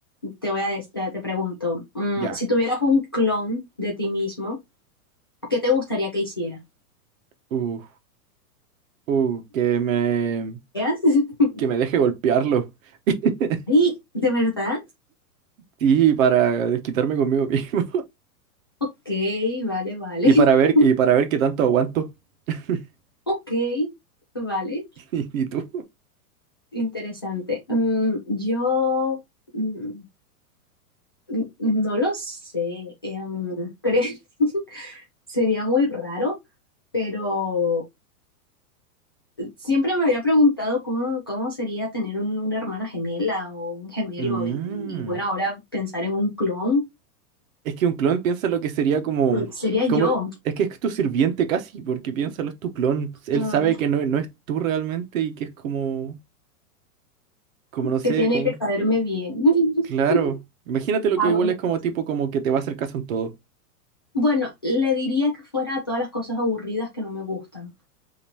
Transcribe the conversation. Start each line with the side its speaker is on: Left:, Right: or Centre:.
Left: te voy a des- te, te pregunto, mm,
Right: Ya.
Left: si tuvieras un clon de ti mismo, ¿qué te gustaría que hiciera?
Right: Uh, uh, que me,
Left: ¿Veas? <laughs>
Right: que me deje golpearlo. <laughs>
Left: Ay, ¿de verdad?
Right: Sí, para desquitarme conmigo mismo.
Left: Ok, vale, vale.
Right: Y
Left: <laughs>
Right: para ver, y para ver qué tanto aguanto. <laughs>
Left: Ok, vale.
Right: Y, y tú.
Left: Interesante. Mm, yo mm, n- no lo sé. em, creo <laughs> sería muy raro, pero siempre me había preguntado cómo, cómo sería tener un- una hermana gemela o un gemelo
Right: Mm.
Left: y, y bueno, ahora pensar en un clon
Right: Es que un clon piensa lo que sería como,
Left: Mm, Sería yo,
Right: como, es que es tu sirviente casi, porque piénsalo, es tu clon. Él
Left: ah,
Right: sabe que no, no es tú realmente y que es como, como no sé,
Left: que tiene
Right: como,
Left: que caerme bien. <laughs>
Right: claro. Imagínate lo
Left: Ah,
Right: que igual
Left: bueno.
Right: es como
Left: pues.
Right: tipo como que te va a hacer caso en todo.
Left: Bueno, le diría que fuera a todas las cosas aburridas que no me gustan.